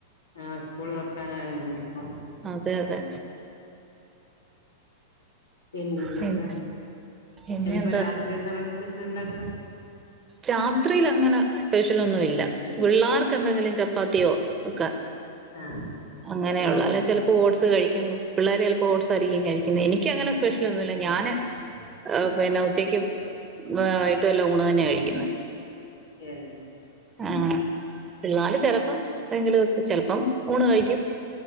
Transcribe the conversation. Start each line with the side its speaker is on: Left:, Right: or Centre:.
Left: ആഹാ സ്കൂള് തൊറ്ക്കാന ആയല്ലൊ ഇഞിപ്പൊ
Right: അതെ അതെ
Left: പിന്നെ എന്തൊക്കെ
Right: പിന്നെ പിന്നെ
Left: ഇഞിപ്പൊ
Right: എന്താ
Left: രാത്രി എന്ത ഇങ്ങള് സ്പെഷ്യൽ ഇണ്ടാക്ക
Right: രാത്രിയില അങ്ങനെ സ്പെഷ്യലൊന്നുല്ല പിള്ളാർക്ക് എന്തെങ്കിലും ചപ്പാത്ത്യോ ഒക്കെ
Left: ആഹ്
Right: അങ്ങനെ
Left: ഏഹ്
Right: ഉള്ളു അല്ലേ ചെലപ്പൊ ഓട്സ് കഴിക്കുന്നു പിള്ളേര് ചെലപ്പൊ ഓട്സ് ആയിരിക്കും കഴിക്ക്ന്നെ എനിക്കങ്ങനെ സ്പെഷ്യലൊന്നുല്ല
Left: ഏഹ്
Right: ഞാന് പിന്ന ഉച്ചയ്ക്ക് വൈകിട്ടു എല്ല ഊണ് തന്നെ കഴിക്കും
Left: ഏഹ്
Right: ആഹ് പിള്ളാര് ചെലപ്പം എന്തെങ്കിലും ഒക ചെൽപ്പം ഊണ് കഴിക്കും